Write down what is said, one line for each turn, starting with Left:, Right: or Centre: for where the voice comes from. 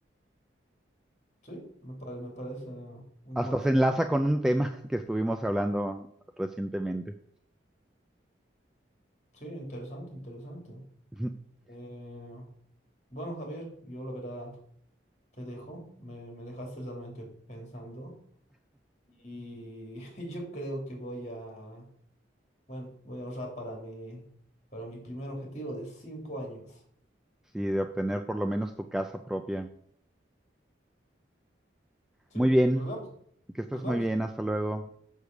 Left: Sí, me pare- me parece una
Centre: Hasta
Left: buena
Centre: se
Left: forma.
Centre: enlaza con un tema <laughs> que estuvimos hablando recientemente.
Left: Sí, interesante, interesante.
Centre: <laughs>
Left: Eh, bueno, Javier, yo la verdad te dejo, me, me dejaste realmente pensando. Y <laughs> yo creo que voy a, bueno, voy a ahorrar para mi, para mi primer objetivo de cinco años.
Centre: Sí, de obtener por lo menos tu casa propia.
Left: ¿Sí?
Centre: Muy bien,
Left: Nos vemos,
Centre: que estés
Left: nos vemos.
Centre: muy bien, hasta luego.